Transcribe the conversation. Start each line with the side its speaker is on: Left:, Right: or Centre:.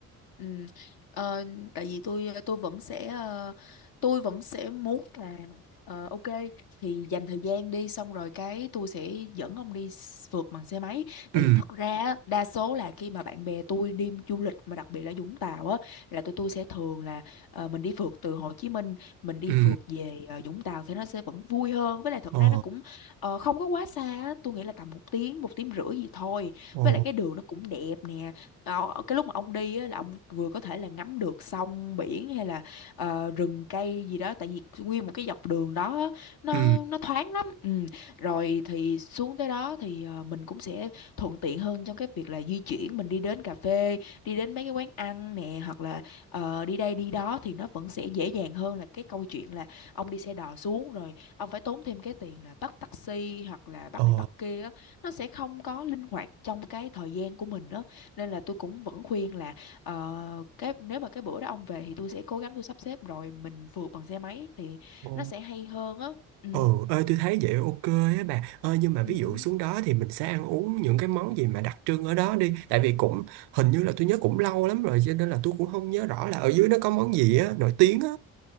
Left: Ừ. Ờ, tại vì tôi tôi vẫn sẽ ờ, tôi vẫn sẽ muốn là ờ, ok thì dành thời gian đi xong rồi cái tôi sẽ dẫn ông đi s- phượt bằng xe máy tại
Right: ừ
Left: vì thật ra á, đa số là khi mà bạn bè tôi đi du lịch mà đặc biệt là Vũng Tàu á là tụi tôi sẽ thường là ờ, mình đi phượt từ Hồ Chí Minh mình đi
Right: ừ
Left: phượt về ờ, Vũng Tàu thì nó sẽ vẫn vui hơn với lại thật
Right: ờ
Left: ra nó cũng ờ, không có quá xa á. tôi nghĩ là tầm một tiếng một tiếng rưỡi gì thôi
Right: ờ
Left: với lại cái đường nó cũng đẹp nè Ờ, cái lúc mà ông đi á, là ông vừa có thể là ngắm được sông biển hay là ờ, rừng cây gì đó tại vì nguyên một cái dọc đường đó á, nó
Right: ừ
Left: nó thoáng lắm ừ. Rồi thì xuống tới đó thì ờ, mình cũng sẽ thuận tiện hơn trong cái việc là di chuyển mình đi đến cà phê đi đến mấy cái quán ăn nè hoặc là ờ, đi đây đi đó thì nó vẫn sẽ dễ dàng hơn là cái câu chuyện là ông đi xe đò xuống rồi ông phải tốn thêm cái tiền là bắt taxi hoặc là bắt
Right: ờ
Left: này bắt kia á. nó sẽ không có linh hoạt trong cái thời gian của mình đó nên là tôi cũng vẫn khuyên là ờ, cái nếu mà cái bữa đó ông về thì tôi sẽ cố gắng tôi sắp xếp rồi mình vượt bằng xe máy thì
Right: ờ
Left: nó sẽ hay hơn á ừ.
Right: ờ ơi tôi thấy vậy ok á bà ơi nhưng mà ví
Left: Ừ.
Right: dụ
Left: ừ.
Right: xuống đó thì mình sẽ ăn uống những cái món gì mà đặc trưng ở đó đi tại vì cũng hình như là tôi nhớ cũng lâu lắm rồi cho nên là tôi cũng không nhớ rõ là ở dưới nó có món gì á nổi tiếng á